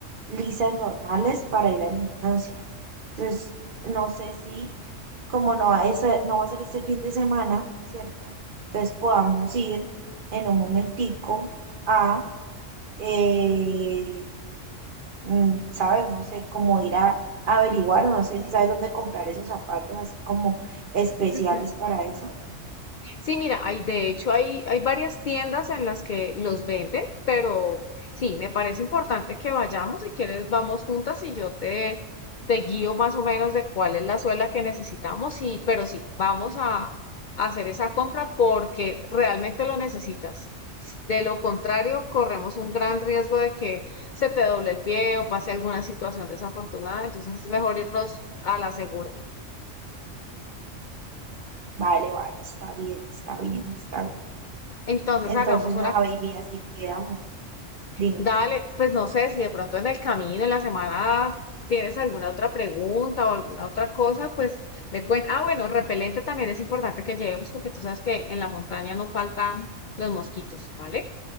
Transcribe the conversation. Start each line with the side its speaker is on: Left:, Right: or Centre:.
Right: lisas normales para ir al gimnasio. Entonces, no sé si, como no va a ser, no va a ser este fin de semana, ¿cierto? Entonces podamos ir en un momentico a, eh, mm, ¿sabes? No sé, cómo ir a, a averiguar, no sé si sabes dónde comprar esos zapatos así como especiales
Left: Ujú.
Right: para eso.
Left: Sí, mira, hay, de hecho, hay, hay varias tiendas en las que los venden, pero sí, me parece importante que vayamos. Si quieres, vamos juntas y yo te, te guío más o menos de cuál es la suela que necesitamos. Y, pero sí, vamos a, a hacer esa compra porque realmente lo necesitas. De lo contrario, corremos un gran riesgo de que se te doble el pie o pase alguna situación desafortunada. Entonces es mejor irnos a la segura.
Right: Vale, vale, está bien, está bien, está bien.
Left: Entonces
Right: Entonces,
Left: hagamos una
Right: nada, baby, así quedamos. Dime.
Left: Dale, pues no sé si de pronto en el camino, en la semana, tienes alguna otra pregunta o alguna otra cosa, pues me cuentas. Ah, bueno, repelente también es importante que llevemos porque tú sabes que en la montaña no faltan los mosquitos, ¿vale?